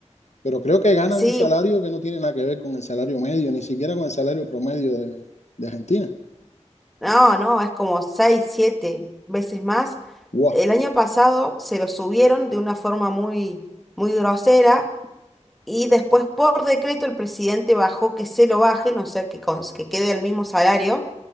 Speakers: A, on the left; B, in the centre.
A: Pero creo que ganan
B: Sí,
A: un salario que no tiene nada que ver con el salario medio, ni siquiera con el salario promedio de, de Argentina.
B: no, no, es como seis, siete veces más.
A: ¡Guau!
B: El año pasado se lo subieron de una forma muy, muy grosera y después por decreto el presidente bajó que se lo bajen, o sea, que, cons- que quede el mismo salario.